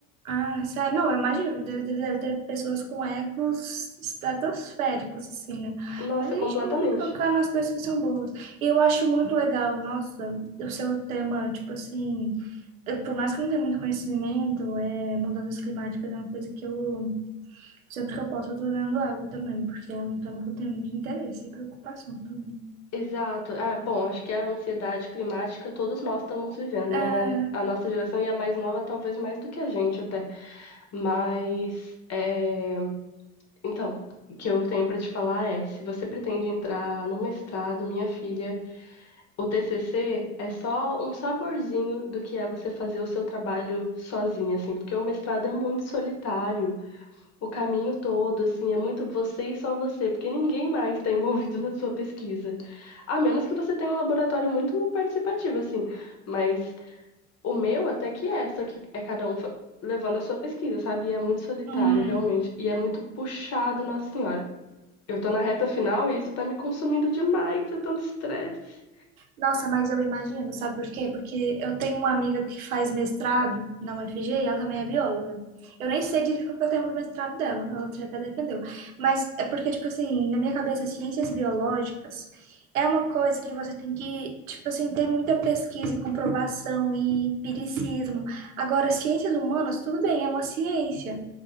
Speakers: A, on the right (about 75°); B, on the left (about 35°).
A: Ah, sério, não, eu imagino que deve, deve, deve ter pessoas com egos estratosféricos, assim, né?
B: Nossa,
A: Mas a
B: completamente.
A: gente tem que focar nas coisas que são boas. E eu acho muito legal, nossa, o seu tema, tipo assim, eu, por mais que eu não tenha muito conhecimento, é, mudanças climáticas é uma coisa que eu, sempre que eu posso, eu tô lendo algo também, porque é um tema que eu tenho muito interesse e preocupação também.
B: Exato. Ah, bom, acho que a ansiedade climática todos nós estamos vivendo,
A: É,
B: né? né? A nossa geração e a mais nova, talvez mais do que a gente até. Mas, é... então, o que eu tenho pra te falar é: se você pretende entrar no mestrado, minha filha, o TCC é só um saborzinho do que é você fazer o seu trabalho sozinha, assim, porque o mestrado é muito solitário. o caminho todo, assim, é muito você e só você, porque ninguém mais está envolvido <laughs> na sua pesquisa. A menos que você tenha um laboratório muito participativo, assim. Mas o meu até que é, só que é cada um fa- levando a sua pesquisa, sabe? E é muito solitário,
A: uhum.
B: realmente. E é muito puxado, Nossa Senhora. Eu tô na reta final e isso tá me consumindo demais, é tanto estresse.
A: Nossa, mas eu imagino, sabe por quê? Porque eu tenho uma amiga que faz mestrado na UFG e ela também é bióloga. Eu nem sei direito qual que é o tema do mestrado dela, ela já até defendeu. Mas é porque, tipo assim, na minha cabeça, ciências biológicas é uma coisa que você tem que, tipo assim, ter muita pesquisa e comprovação e empiricismo. Agora, ciências humanas, tudo bem, é uma ciência.